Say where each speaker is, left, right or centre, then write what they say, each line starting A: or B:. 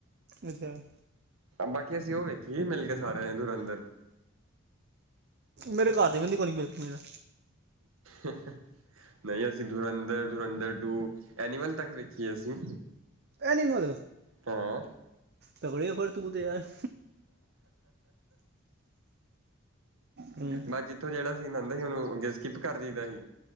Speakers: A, on the right; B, on the right.
A: ਅੱਛਾ <inaudible>
B: ਬਾਕੀ ਅਸੀਂ ਉਹ ਵੇਖੀਏ ਏਹਨੂੰ ਮਿਲ ਗੇ ਸਾਰੇ ਇਨੂੰ ਅੰਦਰ
A: ਮੇਰੇ, ਘਰ ਦੇ ਵਿੱਚ ਕੋ ਨ ਮਿਲ, ਕੇ ਮੇਰਾ
B: ਏ ਹੇ ਨਹੀਂ। ਅਸੀਂ ਦੁਰੰਧਰ, ਦੁਰੰਧਰ ਟੂ, ਐਨੀਮਲ ਤੱਕ ਵੇਖੀਏ ਅਸੀਂ
A: ਐਨੀਮਲ
B: ਹਾਂ
A: ਤਕੜ ਆ ਫਰ ਤਗਾ ਦੇ ਆ <inaudible> ਹੂੰ
B: ਮਜੀ ਇਥੋਂ ਜਿਹੜਾ ਸੀਨ ਆਦਾ ਸੀ। ਉਹਨੂੰ ਅੱਗੇ ਸਕਿੱਪ ਕਰ ਜਾਈਦਾ ਸੀ।